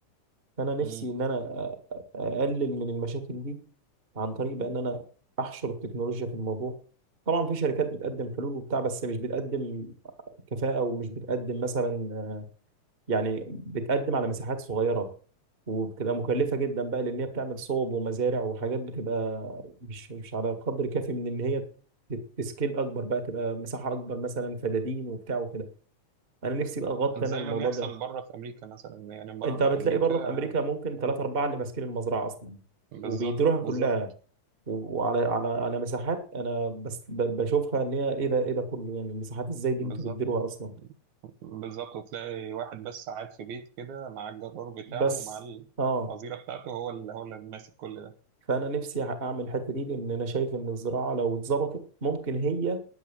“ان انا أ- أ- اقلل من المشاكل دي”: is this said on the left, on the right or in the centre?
Right